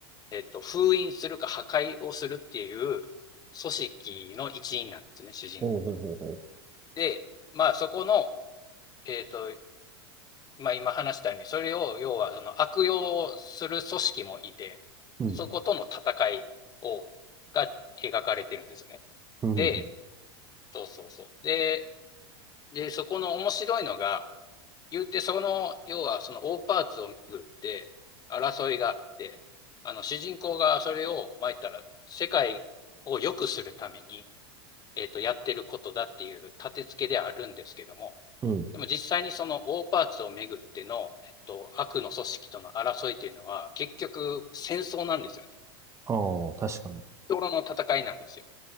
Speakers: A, on the left; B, on the right.
A: えっと、封印するか破壊をするっていう組織の一員なんですね、主人公が。
B: ほうほうほうほ
A: で、まあ、そこの、えっと、まあ、今話したように、それを要はその悪用する組織もいて、
B: う。うん。
A: そことの戦いをが描かれてるんですね。
B: うん。うんうん。
A: で、そうそうそう。で、でそこの面白いのが、言ってその要はその大パーツを巡って争いがあって、あの主人公がそれを、まいたら世界を良くするために、えっとやってることだっていう立て付けではあるんですけども、
B: うん
A: でも実際にその大パーツをめぐっての、えっと、悪の組織との争いというのは、結局戦争なんですよね。
B: ああ、確かに。
A: 日頃の戦いなんですよ。